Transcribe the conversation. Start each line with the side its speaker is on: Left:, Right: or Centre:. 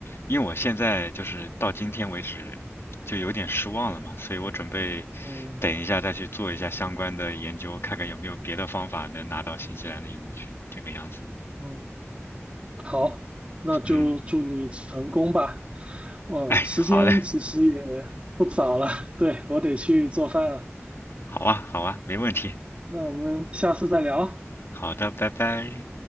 Left: 因为我现在就是到今天为止就有点失望了嘛，所以我准备
Right: 嗯
Left: 等一下再去做一下相关的研究，看看有没有别的方法能拿到新西兰的永居，这个样子。
Right: 嗯，好，那就祝你成功吧。
Left: 嗯，
Right: 哦，
Left: 哎，
Right: 时间其实也
Left: 好嘞，
Right: 不早了，对，我得去做饭了。
Left: 好啊，好啊，没问题。
Right: 那我们下次再聊。
Left: 好的，拜拜。